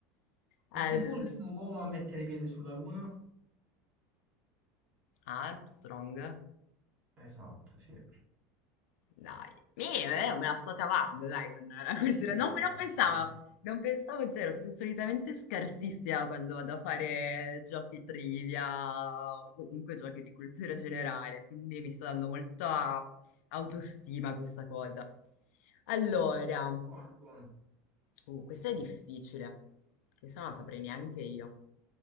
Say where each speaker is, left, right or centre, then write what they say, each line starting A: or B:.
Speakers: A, on the left; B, on the right.
A: Al-
B: E chi fu il primo uomo a mettere piede sulla Luna?
A: Armstrong.
B: Esatto, sì.
A: Dai, mi- eh, me la sto cavando, dai, con la cultura.
B: Eh sì, sì,
A: Non,
B: infatti.
A: non pensavo,
B: eh.
A: non pensavo zero, sono solitamente scarsissima quando vado a fare giochi trivia o comunque giochi di cultura generale, quindi mi sta dando molta autostima a questa cosa. Allora,
B: Buono, buono.
A: Uh, questa è difficile. Questa non la saprei neanche io.